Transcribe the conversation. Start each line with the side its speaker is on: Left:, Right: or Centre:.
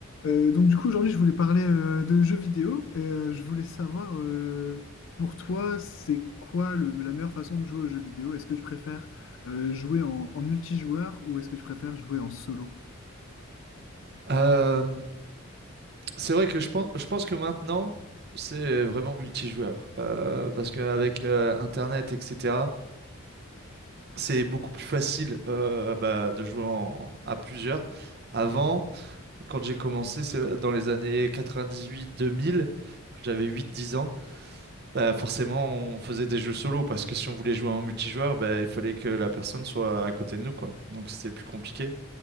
Left: Euh, donc du coup aujourd'hui je voulais parler euh, de jeux vidéo et euh, je voulais savoir euh, pour toi c'est quoi le- la meilleure façon de jouer aux jeux vidéo? Est-ce que tu préfères euh, jouer en, en multijoueur ou est-ce que tu préfères jouer en solo?
Right: Euh, c'est vrai que je pense, je pense que maintenant, c'est vraiment multijoueur. Euh, parce qu'avec Internet, etc., c'est beaucoup plus facile euh, bah, de jouer en- à plusieurs. Avant, quand j'ai commencé, c'est dans les années 98-2000, j'avais 8-10 ans, bah, forcément, on faisait des jeux solo. Parce que si on voulait jouer en multijoueur, bah, il fallait que la personne soit à côté de nous, quoi. Donc c'était plus compliqué.